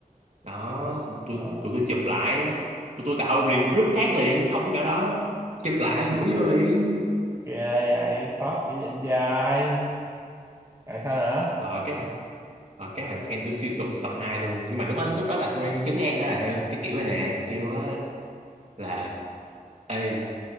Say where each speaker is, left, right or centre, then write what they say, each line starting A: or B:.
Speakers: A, on the right; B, on the right.
A: đó xong
B: đúng
A: tôi
B: rồi
A: tụi tôi chụp lại tụi tôi tạo liền một group khác liền không có nhỏ đó chụp lại gửi vô liền
B: ghê vậy stop dữ vậy anh trai tại sao nữa
A: rồi cái rồi cái thằng fan tôi suy sụp tập 2 luôn nhưng mà lúc đó lúc đó là tôi đang trấn an đó là theo cái kiểu này nè tôi kêu á là ê